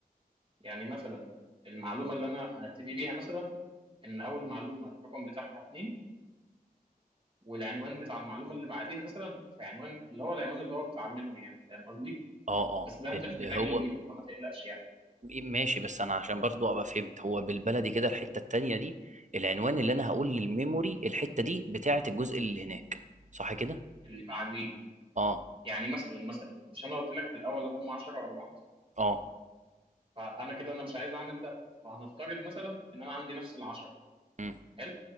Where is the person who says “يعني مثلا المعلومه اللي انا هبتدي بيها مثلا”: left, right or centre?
Right